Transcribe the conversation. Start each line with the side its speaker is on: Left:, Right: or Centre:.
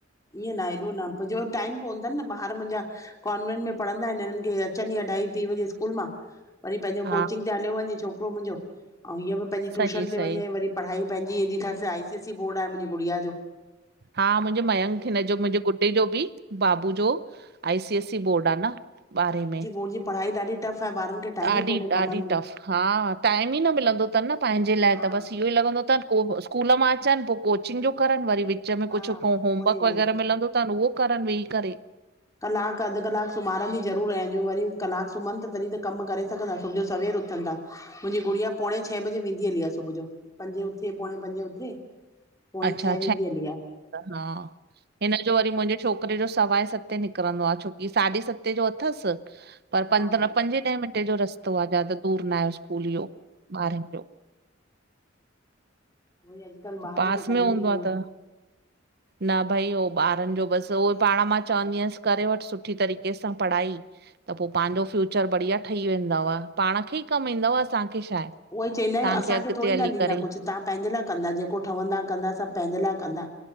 Left: ईअं न हेएॾो न, मुहिंजे वरी टाइम कोन्ह तनि न ॿार मुंहिंजा कॉन्वेंट में पढ़ंदा इनि हिननि खे अचनि ई अढाई टी वजे स्कूल मां वरी पंहिंजो
Right: हा
Left: कोचिंग ते हलियो वञे छोकिरो मुंहिंजो ऐं हीअं बि पंहिंजी
Right: सही
Left: ट्यूशन ते
Right: सही
Left: वञे वरी पढ़ाई पंहिंजी हेॾी अथसि आई सीएसी बोर्ड आहे मुंहिंजी गुड़िया जो
Right: हा मुंहिंजे मयंक हिन जो मुंहिंजे गुडडे जो बि बाबू जो I C S E board आ न बारहे में।
Left: मुंजी पढाई ॾाढी टफ आहे, ॿारनि खे टाइम
Right: ॾाढी-
Left: ई कोन्हे कमनि
Right: ॾाढी
Left: में
Right: टफ, हा टाइम ई न मिलंदो थनि न पंहिंजे लाए
Left: हा
Right: त, बसि इहो ई लॻंदो त को स्कूल मां अचनि, पो कोचिंग जो करनि, वरी विच में
Left: हा
Right: कुछु
Left: उहोई
Right: होमवर्क
Left: उहोई
Right: वग़ैरह मिलंदो त उहो करन वेई करेे।
Left: कलाक अधु कलाकु सुम्हारींदी ज़रूरु आहयां, जो वरी कलाकु सुम्हनि तॾहिं त कमु करे सघंदा, सुबुह जो सवेल उथन ता। मुंहिंजी गुड़िया पोणे छंए बजे वेंदी हली आ सुबुह जो, पंजे उथे पोणे पंजे उथे। पोणे
Right: अच्छा
Left: छंए वेंदी हली आ।
Right: हा हिनजो वरी मुंहिंजे छोकिरे जो सवांए सते निकिरंदो आ, छोकी साढी सतें जो अथसि पर पंद्रहं
Left: हा
Right: पंजे ॾह मिंटे जो रस्तो आ, ज्यादा दूर न आहे स्कूल इयो ॿारनि जो।
Left: वरी अॼुकल्ह ॿारनि
Right: पास
Left: खे टाइम
Right: में हूंदो
Left: ई कोन्हे।
Right: आ त न भई उहो ॿारनि जो बसि, उहो पाण मां चवंदी आंयासि करे वठि सुठी तरीक़े सां पढ़ाई। त पोइ पंहिंजो फ्यूचर बढ़िया ठही वेंदव, पाण खे ई कमु ईंदव, असांखे छा आहे
Left: उहो ई चइंदा आहियूं,
Right: तव्हांखे
Left: असांखे
Right: अॻिते
Left: थोङी
Right: हली
Left: न ॾींदा
Right: करे
Left: कुछ तां पहिंजे लाए कंदा, जेको ठंवदा कंदा सब पंहिंजे लाए कंदा,